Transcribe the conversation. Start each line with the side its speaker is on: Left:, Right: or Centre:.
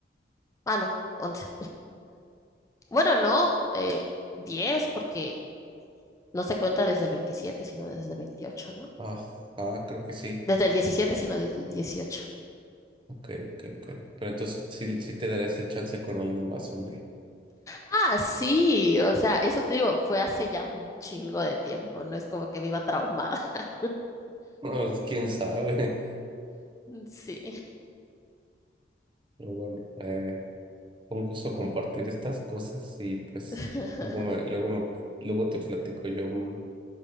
Left: Ah, no, once. Bueno, no, eh, 10 porque no se cuenta desde el 27, sino desde el 28, ¿no?
Right: Ajá, creo que sí.
Left: Desde el 17, sino desde el 18.
Right: Ok, ok, ok. Pero entonces sí, sí te darás el chance con alguien más o no.
Left: Ah, sí, o sea, eso te digo, fue hace ya un chingo de tiempo, no es como que viva traumada. <laughs>
Right: No, es- quién sabe. <laughs>
Left: Sí.
Right: Pero bueno, eh, un gusto compartir estas cosas y pues
Left: <laughs>
Right: luego me, luego me, luego te platico yo mm,